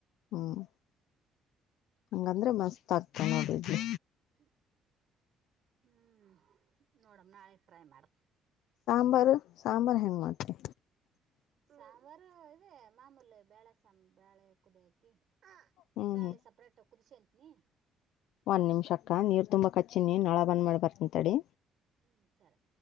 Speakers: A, on the left (about 80°); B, on the right (about 45°).
A: ಹ್ಮ್ <inaudible> ಹಂಗಂದ್ರೆ ಮಸ್ತ್ ಆಗ್ತಾವ ನೋಡ ಇಡ್ಲಿ
B: ಬಿಡು <inaudible> ಹ್ಮ್ ನೋಡಮ್ ನಾಳೆ ಟ್ರೈ ಮಾಡ
A: ಸಾಂಬಾರ್ ಸಾಂಬಾರ್ ಹೆಂಗ್ ಮಾಡ್ತಿ
B: ಸಾಂಬಾರು ಇದೆ ಮಾಮೂಲಿ ಬೇಳೆ ಸಾರು ಬಾಳೆ ಕುದಿ ಹಾಕಿ
A: ಹ್ಮ್
B: ಬ್ಯಾಳಿ
A: ಹ್ಮ್
B: ಸಪ್ರೇಟ್ ಕುದಿಸಿಕೋಂತಿನಿ
A: ಒಂದು ನಿಮಿಷಕ್ಕ ನೀರ ತುಂಬಿಕಚ್ಚಿನಿ ನಳಾ ಬಂದ್ ಮಾಡಿ ಬರ್ತನಿ ತಡಿ.
B: ಹು ಸರಿ